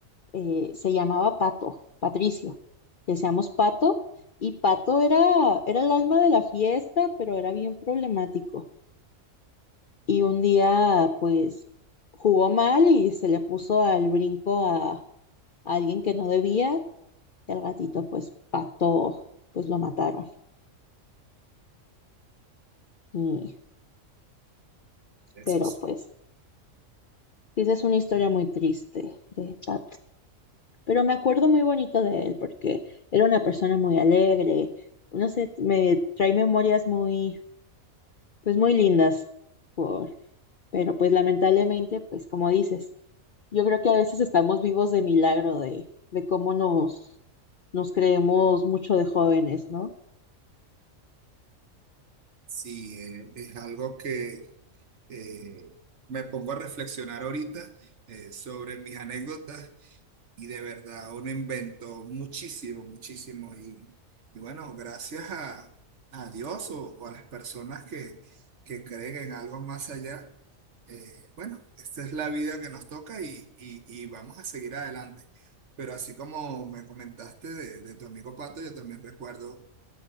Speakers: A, on the left (about 55°); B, on the right (about 60°).
A: eh, se llamaba Pato, Patricio. Decíamos Pato y Pato era, era el alma de la fiesta, pero era bien problemático. Y un día, pues, jugó mal y se le puso al brinco a, a alguien que no debía. Y al gatito, pues, Pato, pues lo mataron. Y,
B: Eso
A: pero,
B: es-
A: pues, sí, esa es una historia muy triste de Pato. Pero me acuerdo muy bonito de él porque era una persona muy alegre. No sé, me trae memorias muy, pues muy lindas, por, pero pues lamentablemente, pues como dices, yo creo que a veces estamos vivos de milagro de, de cómo nos, nos creemos mucho de jóvenes, ¿no?
B: sí, eh, es algo que eh, me pongo a reflexionar ahorita eh, sobre mis anécdotas Y de verdad, uno inventó muchísimo, muchísimo. Y, y bueno, gracias a, a Dios o, o a las personas que, que creen en algo más allá, eh, bueno, esta es la vida que nos toca y, y- y vamos a seguir adelante. Pero así como me comentaste de, de tu amigo Pato, yo también recuerdo